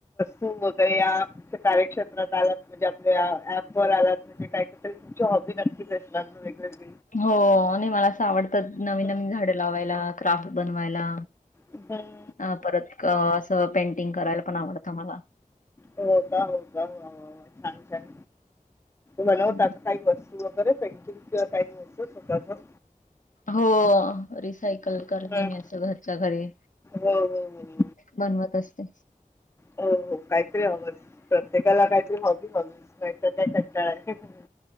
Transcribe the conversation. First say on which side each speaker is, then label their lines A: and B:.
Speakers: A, on the left; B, on the left.
A: वगैरे या कार्यक्षेत्रात आलात म्हणजे आपल्या ऍप वर आलात म्हणजे काय तरी तुम नक्कीच असणार ना वेगवेगळ
B: हो नाही मला असं आवडतात नवीन
A: हम्म
B: नवीन झाडं लावायला क्राफ्ट बनवायला
A: हम्म.
B: अ परत असं पेंटिंग करायला पण आवडतं मला
A: हो का हो छान छान मला होत
B: हं.
A: काही वस्तू वगैरे पेंटिंग किंवा काही असत स्वतःच
B: हो सायकल
A: हम्म
B: करते मी असं घरच्या घरी
A: हो हो हो
B: बनवत असते
A: हो काहीतरी हवच प्रत्येकाला काहीतरी हॉबी हवीच नाही तर लय कंटाळा येतो